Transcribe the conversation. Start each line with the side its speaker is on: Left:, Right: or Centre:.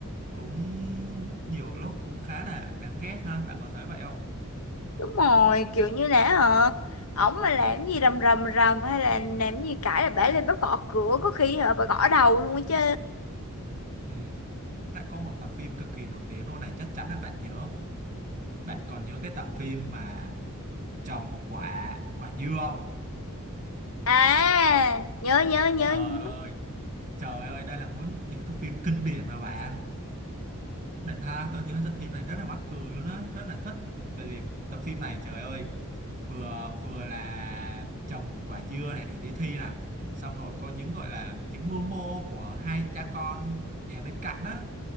Right: cũng nhiều lúc cũng khá là đáng ghét ha, bạn có thấy vậy không?
Left: đúng rồi kiểu như là hả ổng mà làm gì rầm rầm rầm hay là làm gì cãi là bả lên bắt gõ cửa có khi hả bà gõ đầu luôn á chứ
Right: Ừ. Lại có một tập phim cực kỳ nổi tiếng luôn này, chắc chắn là bạn nhớ. Bạn còn nhớ cái tập phim mà trồng quả quả dưa không?
Left: à nhớ nhớ nhớ
Right: Trời
Left: nhớ
Right: ơi, trời ơi, đây là muốn những tập phim kinh điển mà bạn. Đỉnh ha, tôi nhớ tập phim này rất là mắc cười luôn á, rất là thích. Bởi vì tập phim này trời ơi vừa vừa là trồng quả dưa này để đi thi nè xong rồi có những gọi là những mưu mô của hai cha con nhà bên cạnh á